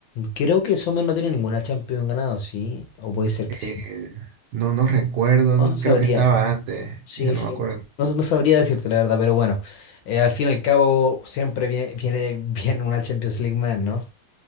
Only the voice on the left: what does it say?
creo que Sommer no tiene ninguna Champions ganado, ¿sí? O puede ser
que sí.
No,
no sabría.
Sí,
sí.
No, no sabría decirte la verdad, pero bueno. Eh, al fin y al cabo, siempre vie- viene bien una Champions League más, ¿no?